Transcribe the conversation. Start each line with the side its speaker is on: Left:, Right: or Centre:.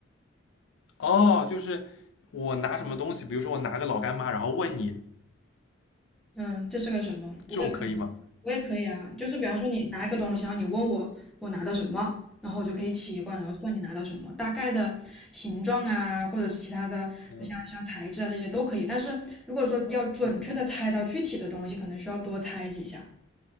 Left: 哦，就是我拿什么东西，比如说我拿个老干妈，然后问你
Centre: 嗯，这是个什么，我也可以，
Left: 这种可以吗？
Centre: 我也可以啊，就是比方说你拿一个东西，然后你问我我拿到什么，然后我就可以起一卦，然后算你拿到什么，大概的形状啊，或者是其他的像像材质啊这些都可以，
Left: 嗯，
Centre: 但是如果说要准确的猜到具体的东西，可能需要多猜几下。